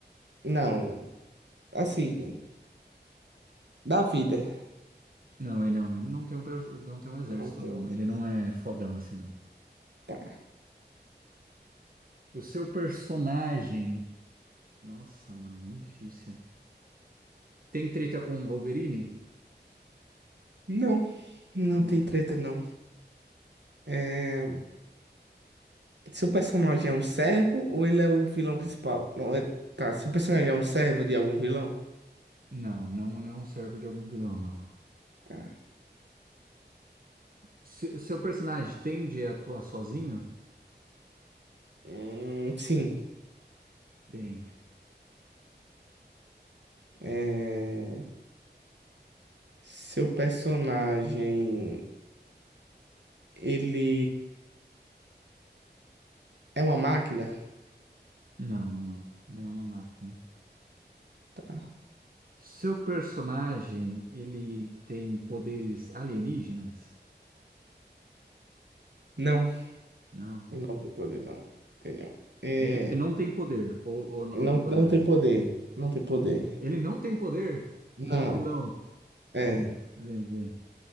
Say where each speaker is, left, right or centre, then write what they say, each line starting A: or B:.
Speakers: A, on the right; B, on the right.
A: Não. Assim, da vida.
B: Não, ele não. Ele não tem um, per- não tem um exército,
A: Não tem.
B: não.
A: um exército.
B: Ele não é fodão assim, não.
A: Tá.
B: O seu personagem. Nossa, mano, muito difícil. Tem treta com o Wolverine?
A: Não, não
B: Não.
A: tem treta, não. É... Seu personagem é um servo ou ele é o vilão principal? Não, é... Tá. Seu personagem é um servo de algum vilão?
B: Não, não, não serve de algum vilão, não.
A: Tá.
B: Se- o seu personagem tende a atuar sozinho?
A: Hum, sim.
B: Bem.
A: É, Seu personagem, ele é uma máquina?
B: Não, não. Não é uma máquina.
A: Tá.
B: Seu personagem, ele tem poderes alienígenas?
A: Não,
B: Não.
A: não tem poder, não. Tem não. É,
B: Ele, ele não tem poder. Ou, ou não
A: não,
B: tem poderes.
A: não tem poder. Não tem poder.
B: Ele não tem poder
A: Não.
B: e é um vilão.
A: É.
B: Bem, bem, bem.